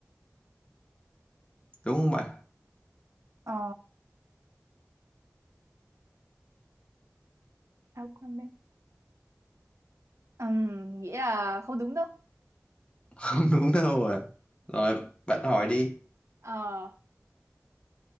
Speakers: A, on the left; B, on the right.
A: đúng không bạn
B: ờ Aquaman Ừm, mình nghĩ là không đúng đâu
A: Không đúng đâu à. Rồi, bạn hỏi đi.
B: ờ